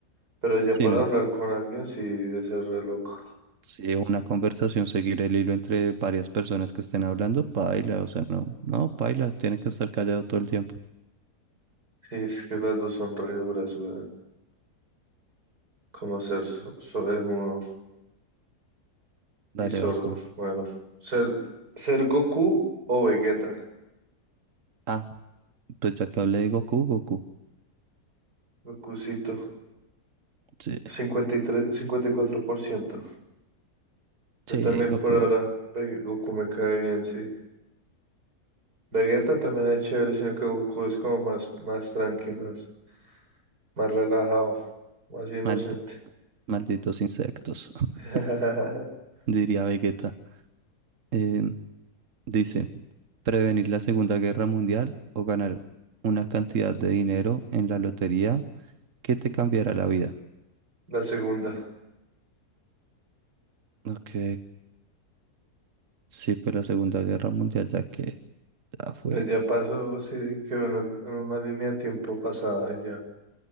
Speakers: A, on the right; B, on the right.
A: Pero ya
B: Si
A: para
B: no,
A: hablar con alguien sí debe ser re loco.
B: si una conversación, seguir el hilo entre varias personas que estén hablando, paila, o sea, no, no, paila, tiene que estar callado todo el tiempo.
A: Sí, es que las dos son re duras, weón. Como ser so so- eh, mudo
B: Dale,
A: y sordo.
B: vas tú.
A: Bueno, ser, ser Goku o Vegeta.
B: Ah, pues ya que hablé de Goku, Goku.
A: Gokucito,
B: Sí,
A: cincuenta cincuenta y y tres, cincuenta y cuatro por ciento. Yo
B: sí,
A: también
B: Goku.
A: por ahora, Ve- Goku me cae bien, sí. Vegeta también es chévere, sino que Goku es como más, más tranqui, más, más relajado, más inocente.
B: Maldi- malditos insectos, <laughs>
A: <laughs>
B: diría Vegeta. Eh, dice, prevenir la Segunda Guerra Mundial o ganar una cantidad de dinero en la lotería que te cambiará la vida.
A: La segunda.
B: Ok, sí, pues la Segunda Guerra Mundial ya que ya fue.
A: Pues ya pasó, sí, quedó en, el- en una línea de tiempo pasada y ya.